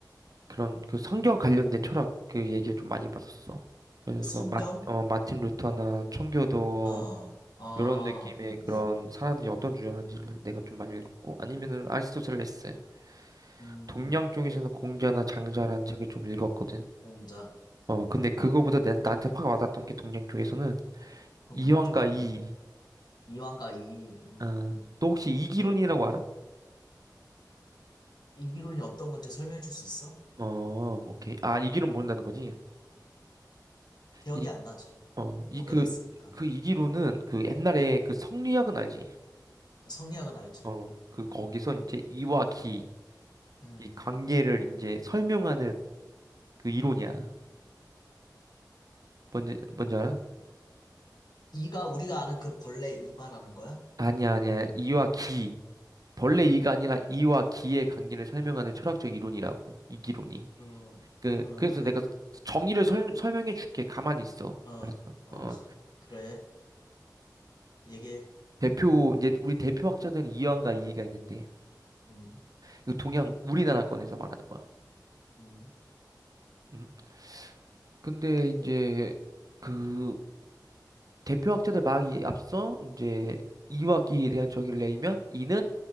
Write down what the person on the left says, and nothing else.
성경?
어, 아,
음,
음,
음,
공자,
음,
동양
쪽,
음, 이완과 이, 음,
이제
이기론이 어떤 건지 설명해 줄 수 있어?
기억이
안 나지.
오래됐으니까.
성리학은 알지.
음,
이가 우리가 아는 그 벌레 이 말하는 거야?
어,
어,
그래,
어, 어,
<laughs> 그래, 얘기해.
음,
음,